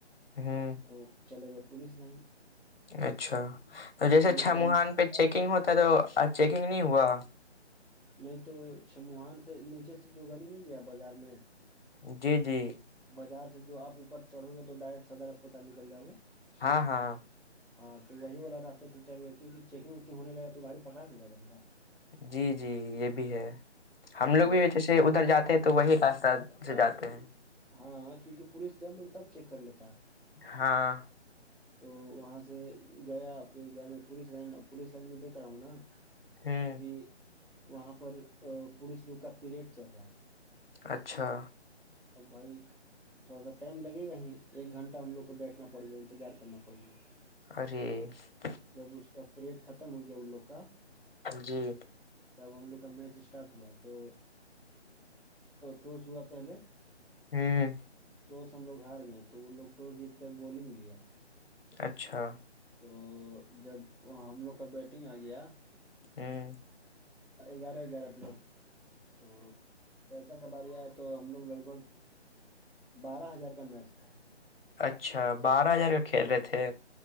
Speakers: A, on the left (about 55°); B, in the centre.
A: ہوں
B: ا چلے گئے پولیس لائن
A: اچھا تو
B: اب
A: جیسے
B: پولیس
A: چھ
B: لائن
A: مہان پہ چیکنگ ہوتا تو چیکنگ نہیں ہوا
B: نہیں تو چھموہان سے نیچے سے جو گلی نہیں گیا بازار میں
A: جی جی
B: بازار سے جو آ اوپر چڑھو گے تو ڈائریکٹ سدر اسپتال نکل جاؤ گے
A: ہاں ہاں
B: ہاں تو وہی والا راست س سے چل گیا کیون کہ چیکگ وکنگ ہونےگا تو گاڑی پکڑا جائےا میرا
A: جی جی یہ بھی بھی ہے ہم
B: تو
A: لوگ بھی جیسے ادھر جاتے ہیں تو وہی راستہ سے جاتے ہیں
B: ہاں کیونکہ پولیس جب ہے تب چیک کر لیتا ہے
A: ہاں
B: تو وہاں سے گیا پھر گیا میں پولیس لائن اپ پولیس لائن م کراؤناا
A: ہ
B: کہ وہاں پر پلیس لوگ کا پریڈ چل رہا تھا
A: اچھا
B: ا باری تھوڑا سا ٹائم لگے گا ہییں ایک گھنٹہ ہم لوگ کو بیٹھنا پڑے گا انتظار کرنا پڑے گا
A: ار <unintelligible>
B: جب اس کا پریٹ ختم ہو گیا ان لوگ کا
A: جی
B: تب ہم لوگ کا میچ اسٹارٹ ہوا تو ٹاس ہوا پہلے
A: ہاں
B: ٹاس ہم لوگ ہار گئے تو وہ لوگ ٹاس جیت کر بالنگ لیا
A: اچھا
B: تو جب ہم لوگ کا بیٹنگ آ گیا
A: ہوں
B: گیارہ گیارہ پلیٹ تو پیسہ ک باریا تو ہم لوگ لگ بھگ بارہ ہزار کا میچ تھا
A: اچھا بارہ ہزار کا کھیل رہے تھے